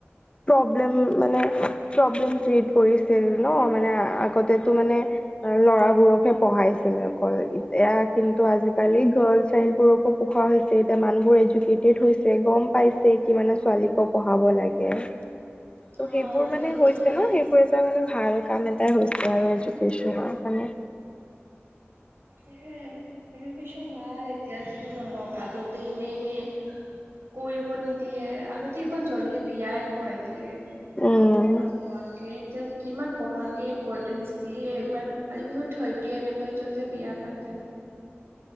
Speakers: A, on the left; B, on the right.
A: প্ৰব্লেম মানে প্ৰব্লেম ক্ৰিয়েট কৰিছিল ন মানে আগতেতো মানে। ল'ৰাবোৰকহে পঢ়াইছিলে অকল এতিয়া কিন্তু আজিকালি গাৰ্ল চাইলবোৰকো। পোখোৰা হৈছে এতিয়া মানুহবোৰ এডুকেটেড হৈছে গম। পাইছে কিমানে ছোৱালীকো পঢ়াব লাগে। ত
B: অ'
A: সেইবোৰ মানে
B: সেইটোৱে
A: হৈছে ন সেইবোৰ এটা মানে ভাল। কাৰণে তাৰ হৈছে আৰু এজোকেশ্যনৰ কাৰণে
B: এ এডুকেশ্যন ভাল এতিয়া যি নহওক আগতেই মেই নে কৰিব নিদিয়ে আগতে ইমান জল্দি বিয়াই কৰাই দিয়ে।
A: উম
B: পঢ়া কোৱাকে এতিয়া। কিমান পঢ়াকে ইম্পৰ্টেঞ্চ দিয়ে ইমান আজি বছ থাৰ্টি এনেকুৱাতে বিয়া পাতে।